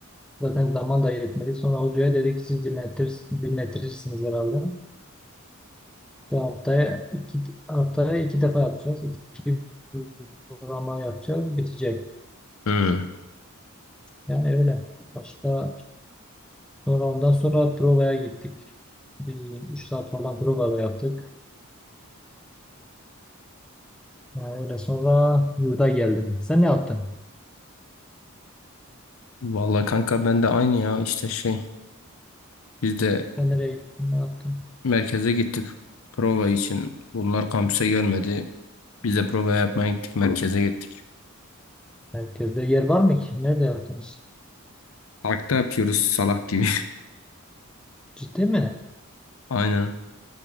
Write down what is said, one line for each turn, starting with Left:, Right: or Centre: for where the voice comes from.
Centre: Zaten zaman da yetmedi. Sonra hocaya dedik siz dinletir, dinletirsiniz herhalde. İşte haftaya iki, haftaya iki defa yapacağız. İki uygulama yapacağız. Bitecek.
Left: Hı.
Centre: Yani öyle. Başta sonra ondan sonra provaya gittik. Bir üç saat falan prova da yaptık. Yani öyle sonra yurda geldim. Sen ne yaptın?
Left: Vallahi kanka ben de aynı ya işte şey biz de
Centre: Sen nereye gittin? Ne yaptın?
Left: merkeze gittik prova için. Bunlar kampüse gelmedi. Biz de prova yapmaya gittik merkeze gittik.
Centre: Merkezde yer var mı ki? Nerede yaptınız?
Left: Parkta yapıyoruz salak gibi.
Centre: Ciddi mi?
Left: <laughs> Aynen.